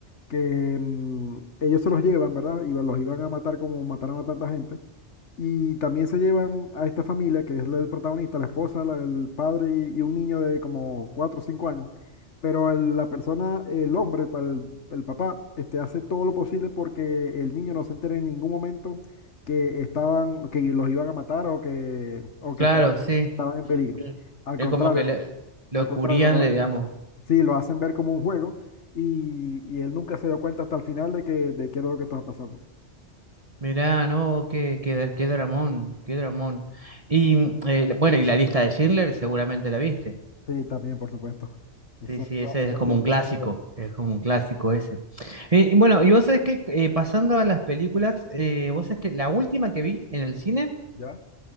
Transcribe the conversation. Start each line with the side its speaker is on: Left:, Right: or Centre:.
Left: que mm, ellos se los llevan, ¿verdad? Y los iban a matar como mataron a tanta gente. Y también se llevan a esta familia, que es la del protagonista, la esposa, la del padre y, y un niño de como 4 o 5 años. Pero el- la persona, el hombre, el, pa- el- el papá, este, hace todo lo posible porque el niño no se entere en ningún momento que estaban, que los iban a matar o que, o que
Right: claro,
Left: estaban
Right: sí.
Left: estaban en peligro.
Right: Sí.
Left: Al
Right: Es
Left: contrario,
Right: como que le- lo
Left: al
Right: cubrían,
Left: contrario, lo-
Right: le digamos.
Left: sí, lo hacen ver como un juego y, y él nunca se dio cuenta hasta el final de que, de qué era lo que estaba pasando.
Right: Mirá, no, qué, qué, da- qué dramón, qué dramón. Y mm, eh, bueno, y la lista de Schindler seguramente la viste.
Left: Sí, también, por supuesto. Esos
Right: Sí,
Left: son
Right: sí,
Left: clásicos
Right: ese es como
Left: que uno
Right: un clásico,
Left: tiene que ver.
Right: es como un clásico ese. Eh, y bueno, y vos sabés que eh, pasando a las películas, eh, vos sabés que la última que vi en el cine
Left: ¿Ya?